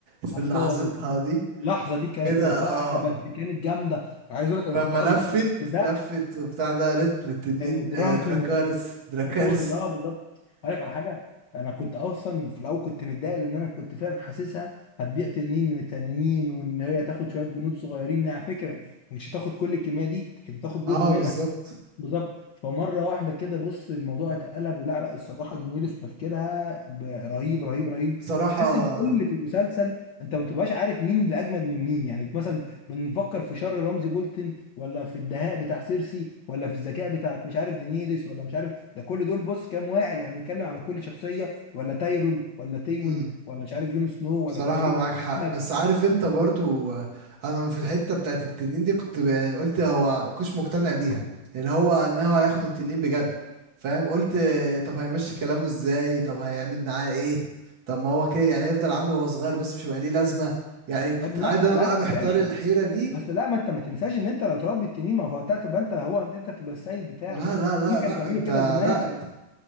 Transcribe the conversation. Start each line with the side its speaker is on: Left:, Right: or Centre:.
Right: في
Left: اطفال
Right: لحظتها
Left: وبتاع
Right: دي
Left: اللحظه دي كانت
Right: كده
Left: منفعله
Right: اه
Left: بس كانت جامده انا عايز اقول لك
Right: ولما
Left: انا كنت اصلا
Right: لفت
Left: كنت بدات
Right: لفت وبتاع ده قالت للتنين
Left: دراجون
Right: آه، دراكارس دراكارس
Left: دراكول ده اه بالظبط هقول لك على حاجه انا كنت اصلا في الاول كنت متضايق لان انا كنت فعلا حاسسها هتبيع تنين من التنانين وان هي تاخد شويه جنود صغيرين على فكره مش هتاخد كل الكميه دي كانت هتاخد جزء
Right: اه
Left: منها
Right: بالظبط
Left: بالظبط فمره واحده كده بص الموضوع اتقلب لا لا الصراحه دينيريس تفكيرها ب- رهيب رهيب رهيب
Right: بصراحة
Left: تحس ان كل اللي في المسلسل انت ما بتبقاش عارف مين اللي اجمد من مين يعني مثلا بنفكر في شر رمزي بولتن ولا في الدهاء بتاع سيرسي ولا في الذكاء بتاعت مش عارف دينيريس ولا مش عارف ده كل دول بص كام واحد يعني بنتكلم على كل شخصيه ولا تايرول ولا تيون
Right: امم
Left: ولا مش عارف جون سنو
Right: بصراحة
Left: ولا كمي ولا
Right: معاك حق
Left: كمج
Right: بس عارف انت برضو آه، انا في الحتة بتاعت التنين دي كنت ب- يعني قلت هو كنتش مقتنع بيها اللي هو ان هو هياخد التنين بجد فاهم قلت آه، طب هيمشي كلامه ازاي طب هيعمل معاه ايه طب ما هو كده يعني هيفضل عامله وهو صغير بس مش هيبقى ليه لازمة يعني كنت
Left: يا ابني
Right: قاعد
Left: لا
Right: انا
Left: لا
Right: بقى محتار
Left: يا باشا
Right: الحيرة دي
Left: بس لا ما انت ما تنساش ان انت لو تربي التنين ما هو وقتها تبقى انت هو انت انت تبقى السيد بتاعه
Right: لا لا لا
Left: في كانوا
Right: لا
Left: بيعملوا
Right: انت
Left: كده زمان
Right: لا
Left: كده
Right: انت